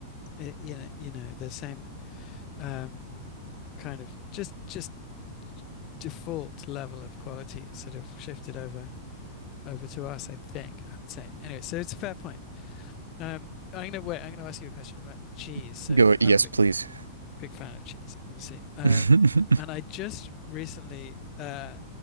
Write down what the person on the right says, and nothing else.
<laughs>
go. Yes,
please.
<laughs>